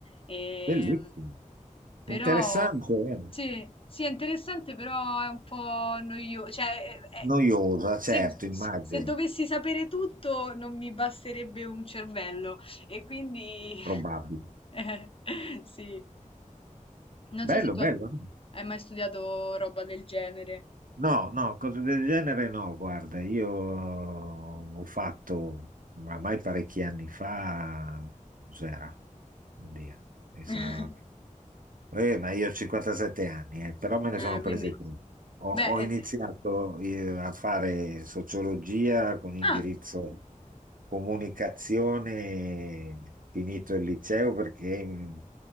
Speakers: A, on the left; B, on the right.
A: Ehm,
B: bellissimo.
A: però
B: Interessante, eh.
A: sì, sì, è interessante, però è un po' noioso. Cioè, è- è-
B: Noiosa,
A: se,
B: certo, immagino,
A: se dovessi sapere tutto, non mi basterebbe un cervello. E quindi
B: probabile.
A: <laughs> eh, sì. Non
B: Bello,
A: so se tu
B: bello.
A: hai, hai mai studiato roba del genere.
B: No, no, cose del genere no, guarda, io ho fatto oramai parecchi anni fa, cos'era? Oddio, mi sa
A: <laughs>
B: Eh, ma io ho 57 anni, eh, però me ne
A: Ah,
B: sono prese
A: quindi,
B: tre. Ho,
A: beh,
B: ho iniziato
A: eh,
B: eh, a fare sociologia con indirizzo
A: ah,
B: comunicazione, finito il liceo perché mh,